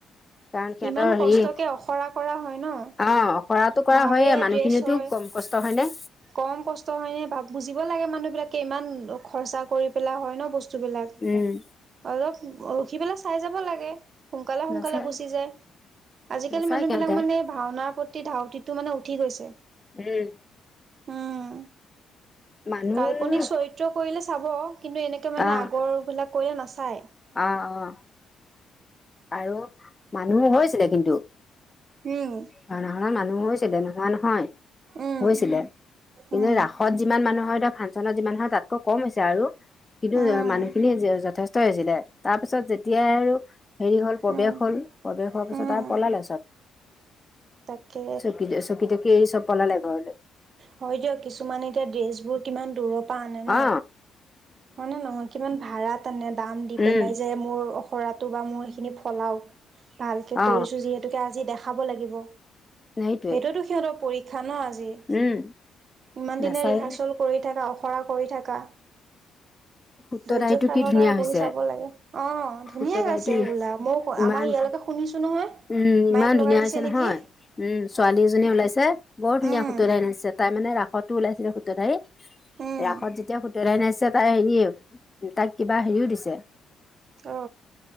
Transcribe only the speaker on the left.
কাৰণ সিহঁতৰ
হেৰি। অ
হৰাটো
কৰা হয়য়ে। মানুহখিনিটো
কম কষ্ট হয়নে।
উম
নাচায়
নাচায়
সিহঁতে
উম।
মানুহ
আহ
অ অ আৰু মানুহ হৈ আছিলে কিন্তু।
ভাওনা ঘত মানুহ হৈছিলে নহোৱা নহয়।
হৈছিলে কিন্তু
ৰাসত যিমান মানুহ হয়। ফাংচনত যিমান হয় তাতকৈ কম হৈছে আৰু কিন্তু
মানুহখিনি যথেষ্ট হৈছিলে। তাৰ পিছত যেতিয়াই আৰু হেৰি হল প্ৰৱেশ
হল। প্ৰৱেশ হোৱাৰ পিছত
আৰু পলালে চব।
চকি চকি তকী এই চব পলালে ঘৰলৈ।
অ
উম
অ
সেইটোৱে
উম
নাচাই
সূত্ৰধাৰীটো
কি ধুনীয়া হৈছে
সূত্ৰধাৰীটো
ইমান
উম
ইমান
ধুনীয়া
হৈছে
নহয়। উম ছোৱালী এজনীয়ে ওলাইছে বৰ ধুনীয়া
সুতৰাই নাচিছে। তাই মানে ৰাষ্ট্ৰীয় তো ওলাইছিলে সূত্ৰধাৰি।
ৰাসত যেতিয়া সূতৰধাৰি নাচিছে। তাই হেই তাক কিবা হেইও দিছে।